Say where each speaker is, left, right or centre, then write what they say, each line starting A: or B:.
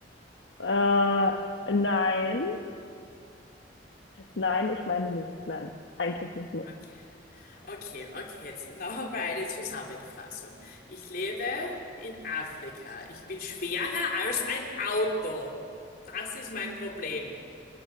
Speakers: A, on the left; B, on the left.
A: Äh, nein. Nein, ich meine nicht. Nein, eigentlich nicht. Nee.
B: Okay, okay, okay. Jetzt nochmal eine Zusammenfassung. Ich lebe in Afrika. Ich bin schwerer als ein Auto. Das ist mein Problem.